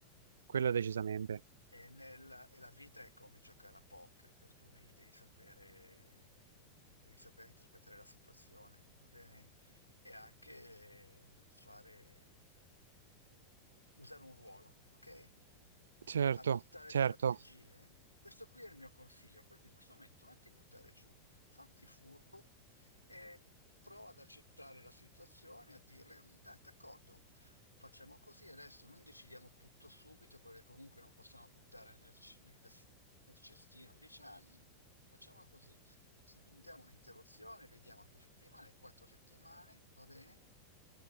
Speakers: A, on the right; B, on the left.
A: quello decisamente.
B: E, nel- e la vita è come giocare a poker, per cui devi sapere, devi sapere interpretare la situazione, va bene? E anche fare, usare un ruolo, ok?
A: Certo,
B: adottare
A: certo.
B: strategie. Questo qui è il mio consiglio, per cui in questo momento non ti buttare giù, fatti furbo e prova ad accettare la situazione, a dirle, "Mm, dai, d'accordo, facciamo così, adesso non decidiamo tutto subito, perché comunque non possiamo buttare nel, c- nel cas- nel cestino dieci anni, facciamola così. Se prendiamo un'interruzione, vediamo due settimane, quattro settimane, va bene?